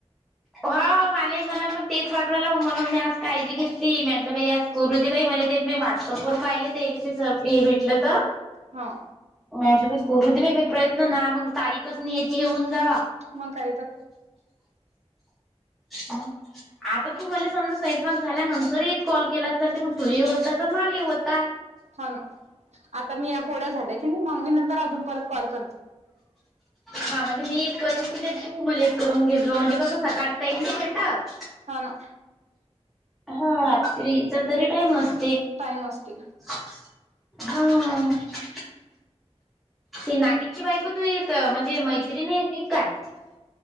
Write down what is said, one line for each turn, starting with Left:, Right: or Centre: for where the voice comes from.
Centre: हो मलाही म्हणाल मग तेच वाटून राहयला मग म्हणून मी आज काळजी घेतली म्या म्हटलं बाईज - करू दे बाई म्हणे ते मी व्हाटस्अप वर पाहिले तेले ते <unintelligible> हे भेटलं तर.
Right: हा
Centre: म्या म्हटलं करू दे बई प्रयत्न ना मग तारीखच नाही याची हेऊन जावा.
Right: मंग कायत
Centre: ह <unintelligible> आता तुम्हाला समजा स्वंपाक झाल्यानंतर एक कॉल केला तर, मग तुले होता अन माले होता.
Right: हो ना, आता मी या पोळ्या झाल्या की मग मी नंतर अजून परत कॉल करते.
Centre: हा म्हणजे मी एक करीन तुले तू मले एक करू घे म्हणजे कस सकाळी टाईम नाही भेटत.
Right: हा ना.
Centre: हा रात्रीचा तरी टाईम अस
Right: टाईम असते.
Centre: हा. ती नागेशची बायको तुई क म्हणजे मैत्रीण आहे काय?